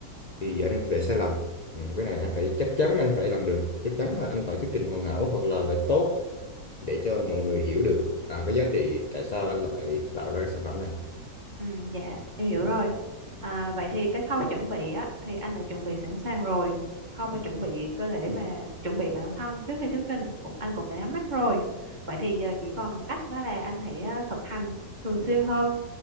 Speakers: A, on the left; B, on the right.
A: thì
B: ừ.
A: anh không thể sai lầm ừ, cái này anh phải chắc chắn anh phải làm được chắc chắn là anh phải thuyết trình hoàn hảo hoặc là phải tốt để cho mọi người hiểu được à, cái giá trị tại sao anh lại tạo ra cái sản phẩm này
B: Ừ, dạ em hiểu rồi. À, vậy thì cái khâu chuẩn bị á thì anh đã chuẩn bị sẵn sàng rồi. Khâu mà chuẩn bị cơ thể mà chuẩn bị bản thân trước khi thuyết trình cũng anh cũng đã nhắm mắt rồi. Vậy thì giờ chỉ còn cách đó là anh hãy ờ, thực hành thường xuyên hơn